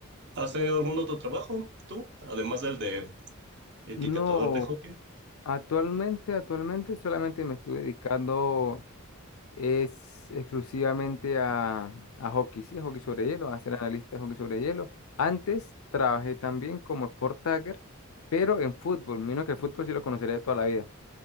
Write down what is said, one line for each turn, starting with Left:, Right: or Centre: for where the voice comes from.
Right: ¿Has tenido algún otro trabajo tú? Además del de etiquetador
Left: No,
Right: de hockey.
Left: Actualmente, actualmente solamente me estoy dedicando es exclusivamente a, a hockey, sí, a hockey sobre hielo, a ser analista de hockey sobre hielo. Antes trabajé también como sport tagger, pero en fútbol, menos que el fútbol sí lo conoceré de toda la vida.